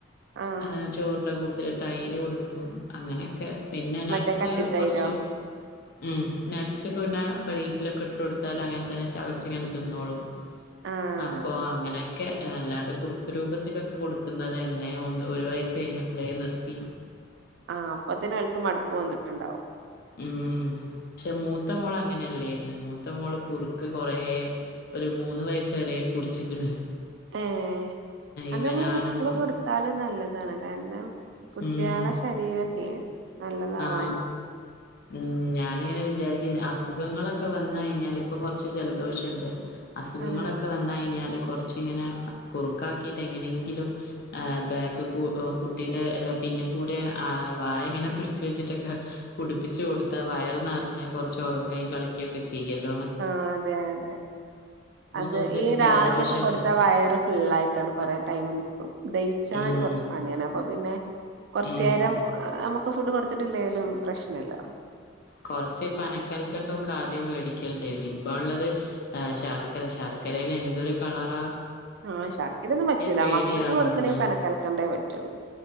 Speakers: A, on the right; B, on the left.
A: ആഹ്
B: ആഹ ചോറിന്റെ കൂട്ത്തില് തൈര് കൊടുക്കും അങ്ങനൊക്കെ പിന്നെ നട്ട്സ്
A: മറ്റേ കട്ടിത്തൈരോ
B: കൊർച്ച് ഉം നട്സൊക്ക പിന്നെ പ്ലേറ്റിലൊക്കെ ഇട്ടൊട്ത്താലങ്ങൻ തന്നെ ചവച്ച്ങ്ങനെ തിന്നോളും
A: ആഹ്
B: അപ്പോ അങ്ങനെക്കെ അല്ലാണ്ട് കുറുക്ക് രൂപത്തിലൊക്കെ കൊടുക്കുന്നതെന്നെ ഒന്ന് ഒരു വയസ്സ് കഴിഞ്ഞ ളേ നിർത്തി
A: ആഹ അപ്പത്തന്നെ അയാൾക്ക് മടുപ്പ് വന്നിട്ടുണ്ടാവും
B: ഊമ് പക്ഷെ മൂത്ത മോള ങ്ങനെയല്ലേരുന്നു മു ത്ത മോള് കുറുക്ക് കുറേ ഒരു മൂന്ന് വയസ് വരെ കുടിച്ചിക്ക്ണ്
A: ഏഹ് അത്
B: ഇവനാണിപ്പം
A: മ്മള് ഇപ്പളും കൊടു ത്താലും നല്ലതാണ്. കാരണം കുട്ട്യാളെ
B: ഉം
A: ശരീരൊക്കെ നല്ലതാവാന്
B: ആ ഉം ഞാനിങ്ങനെ വിചാരിക്കും അസുഖങ്ങളൊക്കെ വന്ന ഴിഞ്ഞാൽ ഇപ്പൊ കുറച്ച് ജലദോഷണ്ട് അസുഖങ്ങളൊക്കെ
A: ആഹ്
B: വന്നയി ഞ്ഞാല് കുറച്ച് ങ്ങനെ കുറുക്കാക്കീട്ടെങ്ങനെങ്കിലും ആ ബാക്ക് കു കുട്ടീന്റെ ഏ പിന്നികൂടെ ആ വായ ങ്ങനെ പൊള് ച് ച്ച് വെച്ചിട്ടൊക്കെ ഹ് കുടിപ്പിച്ച് കൊടുത്താ വയർ നിറഞ്ഞകുറച്ച് ഉറങ്ങേ കളിക്കു ക്കെ ചെയ്യല്ലോ
A: ആഹ് അതെ അതെ അത
B: ദിവസായിട്ട്
A: ഈ റാഗ്യൊക്കെ
B: ജലദോഷണ്ട്.
A: കൊടുത്താ വയറ് ഫുള്ളായിട്ടാണ്ട് കൊറേ ടൈം നിക്കും. ദഹിച്ചാന്
B: ഉം.
A: കൊറച്ച് പണിയാണ് അപ്പൊ പിന്നെ കുറച്ചേരം
B: ഉം.
A: നമുക്ക് ഫുഡ് കൊടുത്തിട്ടില്ലേലും പ്രശ്നല്ല
B: കുറച്ച് പനക്കൽക്കണ്ടം ഒക്കെ ആദ്യം മേടിക്കൽണ്ടായിരുന്നി ഇപ്പ ള്ളത് ആ ശർക്കര ശർക്കരയില് എന്തൊരു കളറ
A: ആഹ് ശർക്കരൊയൊന്നും പറ്റൂല്ല
B: പേടിയാവുന്ന്
A: മക്കക്ക് കൊടുക്കണേ പനക്കൽക്കണ്ടേ പറ്റുള്ളൂ